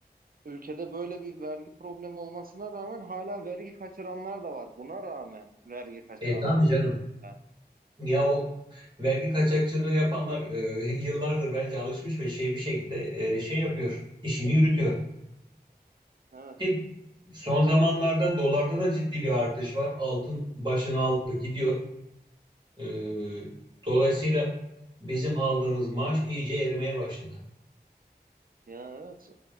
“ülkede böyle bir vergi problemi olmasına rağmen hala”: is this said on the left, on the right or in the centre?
Right